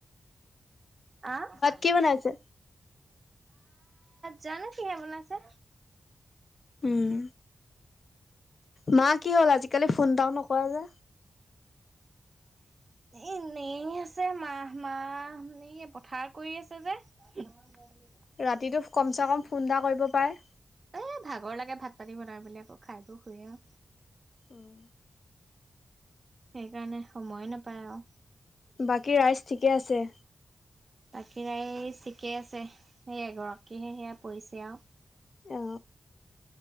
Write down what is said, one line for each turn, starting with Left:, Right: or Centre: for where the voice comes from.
Right: আ, ভাত,
Left: কি বনাইছে
Right: জানো কিহে বনাইছে?
Left: উম। মা, কি হ'ল? আজিকালি ফোন এটাও নকৰা যে?
Right: <unintelligible> এনেই আছে মা-মা, এই পথাৰ কৰি আছে যে। <unintelligible>
Left: ৰাতিটো কমচে কম ফোন এটা কৰিব পাৰে।
Right: এ ভাগৰ লাগে ভাত-পানী বনাই মেলি আকৌ। খাই বৈ শুৱে আও।
Left: উম,
Right: সেইকাৰণে সময়ে নাপায় আৰু।
Left: বাকী ৰাইজ ঠিকে আছে?
Right: বাকী ৰাইজ ঠিকেই আছে। সেই এগৰাকীহে সেয়া পৰিছে আৰু।
Left: অ,